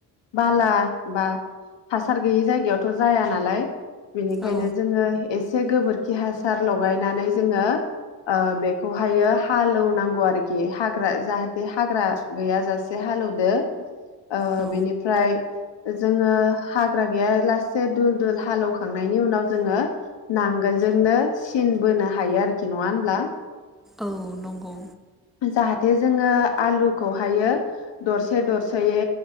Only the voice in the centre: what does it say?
औ
औ
औ नंगौ।